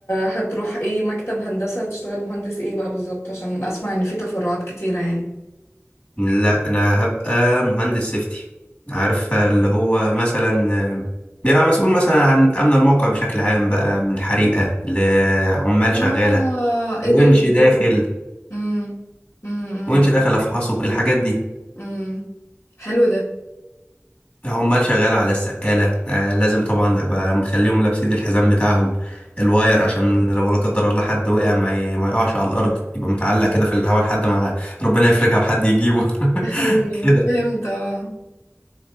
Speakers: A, on the left; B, on the left.
A: هتروح ايه مكتب هندسة هتشتغل مهندس ايه بقى بالظبط عشان اسمع ان في تفرعات كتيرة يعني
B: لا انا هبقى مهندس سيفتي عارفه اللي هو مثلا آه، بيبقى مسؤول مثلا عن امن الموقع بشكل عام بقى من حريقه لعمال
A: اه
B: شغاله ونش
A: ايه ده لذيذ
B: داخل
A: امم امم
B: ونش داخل افحصه الحاجات دي
A: امم حلو
B: عمال شغاله على السقاله آه لازم طبعا ابقى مخليهم لابسين الحزام بتاعهم الواير
A: ده
B: عشان لو لا قدر الله حد وقع ما, ي... ما يقعش على الارض يبقى متعلق كده في الهواء لحد ما ربنا يفرجها وحد يجيبه <laughs>
A: يا حبيبي
B: كده
A: فهمت اه